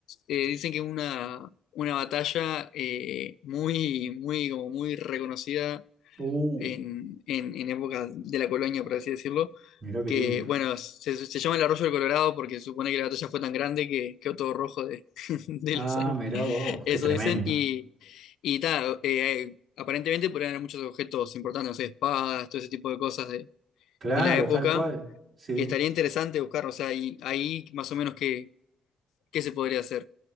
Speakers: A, on the left; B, on the right.
A: eh, dicen que una una batalla eh, muy muy como muy reconocida
B: Uh,
A: en, en, en época de la colonia, por así decirlo,
B: mirá qué
A: que,
B: lindo.
A: bueno, se, se llama el arroyo del Colorado porque supone que la batalla fue tan grande que quedó todo rojo de, <laughs> de
B: Ah,
A: la sangre,
B: mirá
A: <laughs>
B: vos,
A: eso
B: qué tremendo.
A: dicen, y, y ta, eh, eh, aparentemente podrían haber muchos objetos importantes, no sé, espadas, todo ese tipo de cosas de,
B: Claro,
A: de la época,
B: tal cual. Sí.
A: que estaría interesante buscar, o sea, y, ahí más o menos qué, qué se podría hacer,